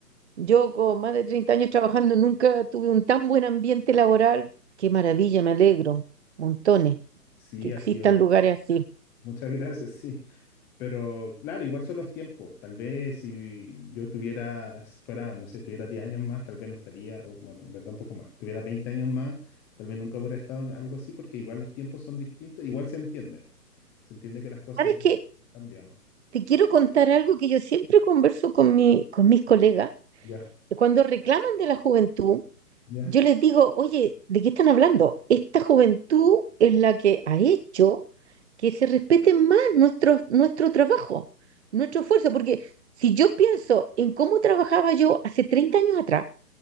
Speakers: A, on the right; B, in the centre.
A: Yo con más de 30 años trabajando nunca tuve un tan buen ambiente laboral. Qué maravilla, me alegro. Montones,
B: sí,
A: que existan
B: ha sido.
A: lugares así.
B: Muchas gracias, sí. Pero claro, igual son los tiempos. Tal vez si yo tuviera, si fuera, no sé, tuviera 10 años más, tal vez no estaría, o, bueno, en verdad un poco más, tuviera 20 años más, tal vez nunca hubiera estado en algo así, porque igual los tiempos son distintos, igual se entiende. Se entiende que las cosas
A: ¿Sabes
B: igual
A: qué?
B: han cambiado.
A: Te quiero contar algo que yo siempre converso con mi, con mis colegas.
B: Ya,
A: que Cuando reclaman de la juventud,
B: ya.
A: Yo les digo, oye, ¿de qué están hablando? Esta juventud es la que ha hecho que se respete más nuestro, nuestro trabajo, nuestro esfuerzo, porque si yo pienso en cómo trabajaba yo hace 30 años atrás,